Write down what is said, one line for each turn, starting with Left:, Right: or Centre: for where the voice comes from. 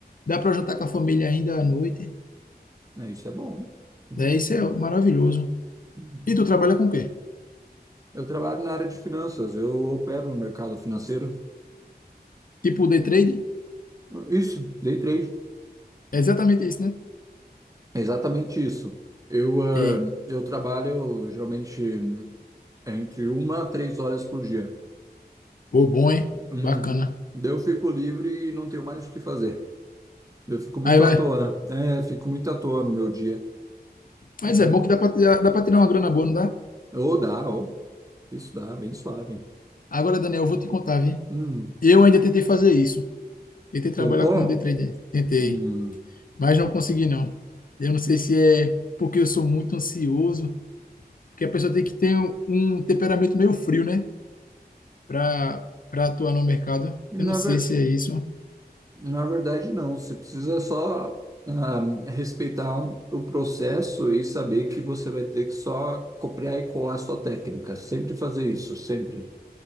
Left: Dá para eu jantar com a família ainda à noite.
Right: É, isso é bom. Uhum.
Left: É, isso é maravilhoso.
Right: Uhum.
Left: E tu trabalha com o quê?
Right: Eu trabalho na área de finanças, eu opero no mercado financeiro.
Left: Tipo o day trade,
Right: Isso, day trade.
Left: é exatamente isso, né?
Right: É exatamente isso. Eu, ah,
Left: E,
Right: eu trabalho geralmente entre uma a três horas por dia.
Left: pô, bom, hein?
Right: Uhum.
Left: Bacana.
Right: Daí eu fico livre e não tenho mais o que fazer. Eu fico muito
Left: Aí vai.
Right: à toa. É, fico muito à toa no meu dia.
Left: Mas
Right: Porque,
Left: é bom que dá pra, tirar- dá pra tirar uma grana boa, não dá?
Right: ou dá, ou isso dá, bem suave.
Left: Agora, Daniel, eu vou te contar, viu?
Right: Hum,
Left: Eu ainda tentei fazer isso. Tentei trabalhar
Right: tentou?
Left: como day trader. Tentei.
Right: Hum,
Left: Mas não consegui, não. Eu não sei se é porque eu sou muito ansioso, porque a pessoa tem que ter um um temperamento meio frio, né? Pra, pra atuar no mercado. Eu
Right: na
Left: não sei
Right: ver,
Left: se é isso.
Right: na verdade, não. Você precisa só ah, respeitar o processo e saber que você vai ter que só copiar e colar sua técnica. Sempre fazer isso, sempre.